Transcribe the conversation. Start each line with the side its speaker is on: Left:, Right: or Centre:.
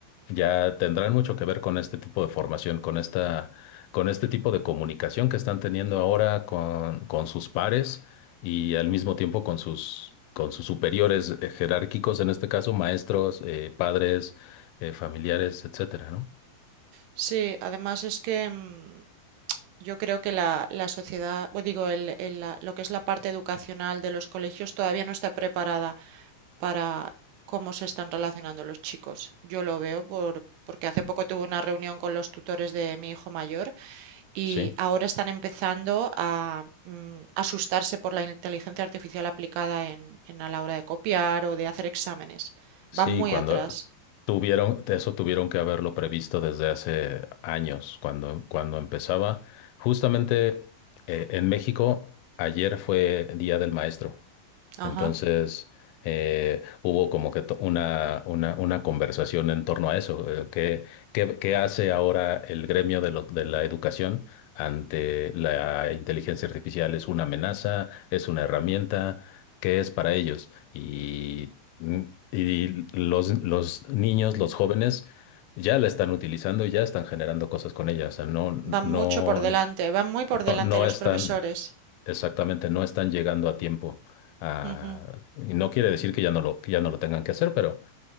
Left: ya tendrán mucho que ver con este tipo de formación, con esta, con este tipo de comunicación que están teniendo ahora con, con sus pares y al mismo tiempo con sus, con sus superiores eh, jerárquicos, en este caso maestros, eh, padres, eh, familiares, etcétera, ¿no?
Right: sí, además es que... mm, Yo creo que la, la sociedad, o digo, el- el- la- lo que es la parte educacional de los colegios todavía no está preparada para cómo se están relacionando los chicos. Yo lo veo por, porque hace poco tuve una reunión con los tutores de mi hijo mayor y
Left: Sí,
Right: ahora están empezando a mm, asustarse por la inteligencia artificial aplicada en, en a la hora de copiar o de hacer exámenes.
Left: sí,
Right: Van muy
Left: cuando
Right: atrás.
Left: tuvieron, eso tuvieron que haberlo previsto desde hace años, cuando, cuando empezaba. Justamente eh, en México, ayer fue Día del Maestro.
Right: Ajá.
Left: Entonces, eh, hubo como que to- una, una, una conversación en torno a eso. eh, ¿Qué, qué, qué hace ahora el gremio de, lo- de la educación ante la inteligencia artificial? ¿Es una amenaza? ¿Es una herramienta? ¿Qué es para ellos? Y, mm, y los, los niños, los jóvenes, ya la están utilizando y ya están generando cosas con ella. O sea, no,
Right: Van
Left: no.
Right: mucho por delante, van muy por delante
Left: No, no
Right: de los
Left: están,
Right: profesores.
Left: exactamente, no están llegando a tiempo. a-
Right: Ujú.
Left: y no quiere decir que ya no lo, que ya no lo tengan que hacer, pero